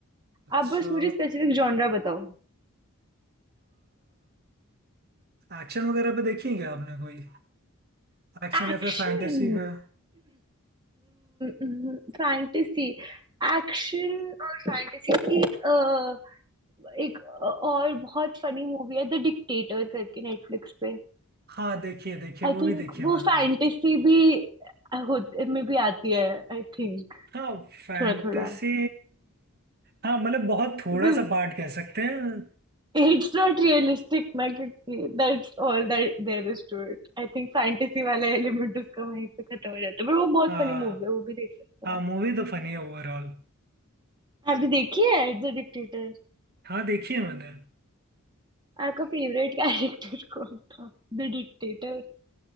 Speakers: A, on the right; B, on the right.
A: अच्छा
B: आप बस मुझे स्पेसिफिक जॉनरा बताओ
A: एक्शन वगैरह पे देखी है क्या आपने कोई एक्शन
B: Action
A: या फिर फैंटेसी पे
B: fantasy एक्शन <clears throat> और फैंटेसी एक अ, एक अ, और बहुत फनी मूवी है द डिक्टेटर करके नेटफ्लिक्स पे
A: हाँ देखिए देखिए
B: आई
A: वो
B: थिंक
A: भी देखिए
B: वो
A: मैंने
B: फैंटेसी भी होते में भी आती है आई थिंक
A: हाँ फैंटेसी
B: थोड़ा थोड़ा
A: हाँ मतलब बहुत थोड़ा
B: बिकॉज
A: सा पार्ट कह सकते हैं
B: इट्स नॉट रियलिस्टिक ना क्योंकि that's all that there is to it I think fantasy वाला एलिमेंट उसका वहीं पे खत्म हो जाता है पर वो बहुत
A: हाँ
B: फनी मूवी है वो भी देख सकता
A: हाँ
B: है
A: मूवी तो फनी है ओवरऑल
B: आपने देखी है द डिक्टेटर
A: हाँ देखी है मैंने
B: आपका फेवरेट कैरेक्टर <laughs> कौन था द डिक्टेटर